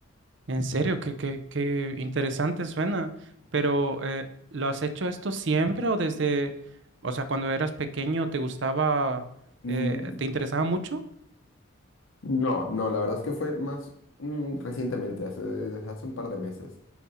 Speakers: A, on the right; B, on the left.
A: En serio, qué, qué, qué interesante suena. Pero eh, ¿lo has hecho esto siempre o desde, o sea, cuando eras pequeño te gustaba,
B: Mm,
A: eh, te interesaba mucho?
B: No, no, la verdad es que fue más mm, recientemente, hace, desde hace un par de meses.